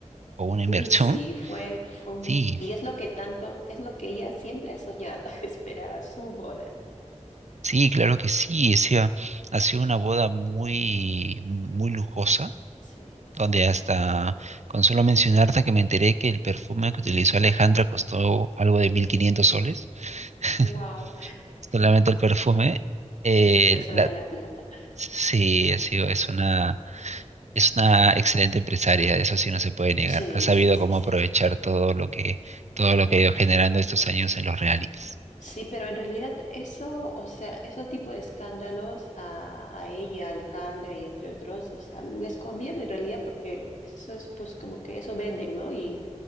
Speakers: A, on the right (about 65°); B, on the left (about 80°).
A: o una inversión.
B: Uy, sí, fue, fue un-
A: Sí,
B: y es lo que tanto, es lo que ella siempre ha soñado, <laughs> esperaba su boda.
A: sí, claro que sí. O sea, ha sido una boda muy, muy lujosa,
B: Sí, bastante.
A: donde hasta, con solo mencionarte que me enteré que el perfume que utilizó Alejandra costó algo de 1.500 soles. <laughs>
B: Wow,
A: solamente el perfume. Eh,
B: le sobra
A: la,
B: la plata.
A: sí, ha sido, es una, es una excelente empresaria, eso sí no se puede negar.
B: Sí,
A: Ha sabido
B: sí, sí,
A: cómo
B: sí.
A: aprovechar todo lo que, todo lo que ha ido generando estos años en los realities.
B: Sí, pero en realidad eso, o sea, esos tipos de escándalos a, a ella, a Alejandra y entre otros, o sea, les conviene en realidad porque eso es pues como que eso venden, ¿no? Y